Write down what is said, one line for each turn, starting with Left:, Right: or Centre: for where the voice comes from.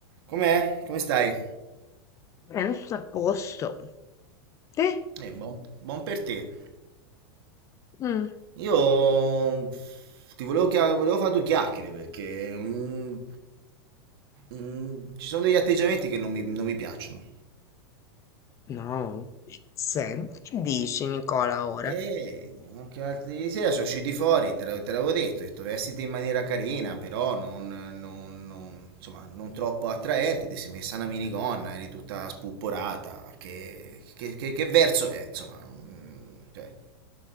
Right: Com'è? Come stai?
Left: penso a posto. Te?
Right: Eh, buon, buon per te.
Left: Mm.
Right: Io ti volevo, chia- volevo fare due chiacchiere perché mm, mm, ci sono degli atteggiamenti che non mi, non mi piacciono.
Left: No. Sen- Che dici, Nicola, ora?
Right: E anche l'altro ieri sera sono usciti fuori, te l'avevo te l'avevo detto, ho detto vestiti in maniera carina, però non, non- non- insomma, non troppo attraente, ti sei messa una minigonna, eri tutta spupporata, che, che- che- che verso è? Insomma, mm, cioè.